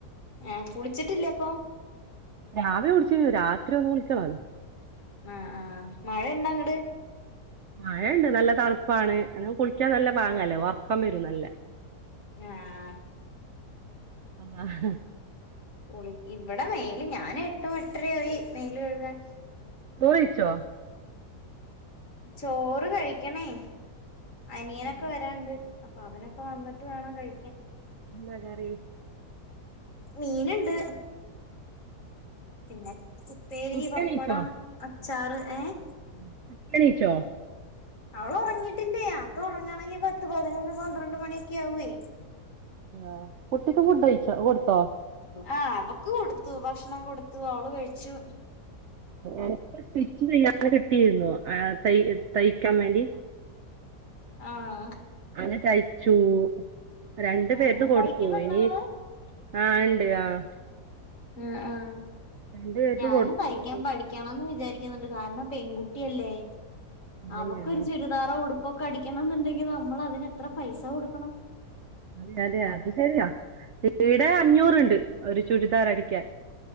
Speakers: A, on the left; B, on the right.
A: ഏഹ് കുളിച്ചിട്ടില്ലെ അപ്പം
B: രാവിലെ കുളിച്ച് രാത്രി ഒന്ന് കുളിക്കണല്ലോ
A: ആഹ് ആഹ് മഴ ഇണ്ടാ അങ്ങട്
B: മഴണ്ട് നല്ല തണുപ്പാണ് എന്ന കുളിക്കാൻ നല്ല പാങ്ങല്ലേ ഉറക്കം വരും നല്ല
A: ആഹ്
B: ആഹ്
A: കുളി ഇവിടെ മേൽ ഞാൻ എട്ട് എട്ടര ആയി മേല് കഴുകാൻ
B: ചോറ് കഴിച്ചോ
A: ചോറ് കഴിക്കണേ അനിയനൊക്കെ
B: ആ,
A: വരാണ്ട് അപ്പൊ അവനൊക്കെ വന്നിട്ട് വേണം കഴിക്കാൻ
B: എന്താ കറി
A: മീന്ണ്ട് പിന്നെ ഉപ്പേരി
B: കുട്ടിയെണീച്ചോ
A: പപ്പടം അച്ചാറ് ഏഹ്
B: <unintelligible>
A: അവള് ഉറങ്ങിട്ടില്ലേ അവള് ഉറങ്ങാണെങ്കി പത്ത് പതിനൊന്ന് പന്ത്രണ്ട് മണിയൊക്കെ ആവേ <inaudible>
B: ആഹ് കുട്ടിക്ക് ഫുഡ് കഴിച്ചോ കൊടുത്തോ
A: ആഹ് അവക്ക് കൊടുത്തു ഭക്ഷണം കൊടുത്തു അവള് കഴിച്ചു
B: എനക്ക് സ്റ്റിച്ച് ചെയ്യാൻ കിട്ടിയിരുന്നു ആഹ് തയ് തയ്ക്കാൻ വേണ്ടി
A: ആഹ് ആഹ്
B: അങ്ങനെ തയ്ച്ചു രണ്ടു
A: ആ
B: പേർക്ക് കൊടുത്തു
A: തയ്ക്കുന്നുണ്ടോ
B: ഇനി
A: നിങ്ങള്
B: ആഹ് ഉണ്ട് ആഹ്
A: ആഹ് ആഹ്
B: രണ്ടു പേർക്ക്
A: ഞാനും
B: കൊടുത്തു
A: തയ്യിക്കാൻ പഠിക്കാൻ പഠി ഞാനും വിചാരിക്കുന്നുണ്ട് കാരണം പെൺകകുട്ടിയല്ലേ
B: അതന്നെ
A: അവക്കരു
B: ആഹ്
A: ചുരി ചുരിദാറോ ഉടുപ്പൊക്കെ അടിക്കണം എന്നുണ്ടെങ്കിൽ നമ്മൾ അതിന് എത്ര പൈസ കൊടുക്കണം
B: അതെ അതെ അത് ശരിയാ ഇവിടെ അഞ്ഞൂറുണ്ട് ഒരു ചുരിദാർ അടിക്കാൻ